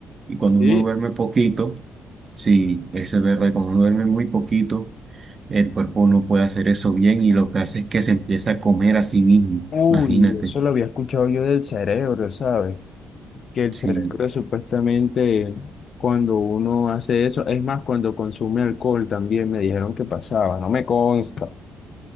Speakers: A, on the right; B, on the left.
A: Y cuando
B: Sí.
A: uno duerme poquito, sí, eso es verdad, cuando uno duerme muy poquito, El cuerpo no puede hacer eso bien y lo que hace es que se empieza a comer a sí mismo.
B: Uy,
A: Imagínate,
B: eso lo había escuchado yo del cerebro, ¿sabes? Que el
A: si
B: cerebro supuestamente cuando uno hace eso, es más, cuando consume alcohol también me dijeron que pasaba, no me consta,